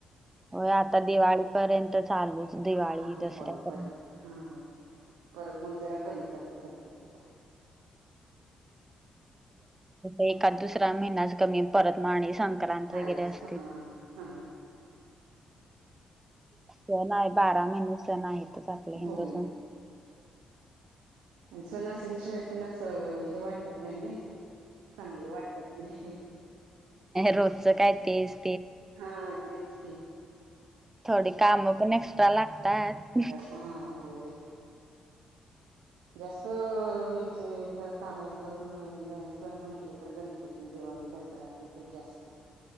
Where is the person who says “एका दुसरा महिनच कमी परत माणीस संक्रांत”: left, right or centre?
Right